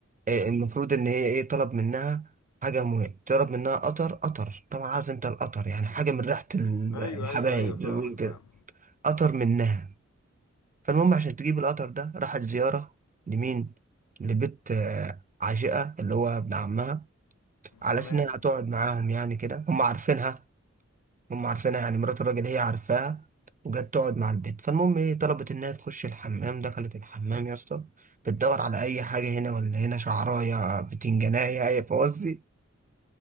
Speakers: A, on the right (about 30°); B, on the left (about 70°).
A: آه، المفروض ان هي ايه طلب منها حاجه مهمه طلب منها قطر قطر طبعا عارف انت القطر يعني حاجه من ريحه ال-
B: ايوه
A: الحبايب
B: ايوه ايوه فاهمك
A: زي ما بيقولوا كده
B: فاهمك
A: قطر منها فالمهم عشان تجيب القطر ده راحت زياره لمين لبيت آه، عشيقه اللي هو ابن عمها على
B: تمام
A: اساس انها هتقعد معاهم يعني كده هم عارفينها هم عارفينها يعني مرات الراجل هي عارفاها وجت تقعد مع البيت فالمهم ايه طلبت انها تخش الحمام دخلت الحمام يا اسطى بتدور على اي حاجه هنا ولا هنا شعرايه بتنجانيه اي فوزي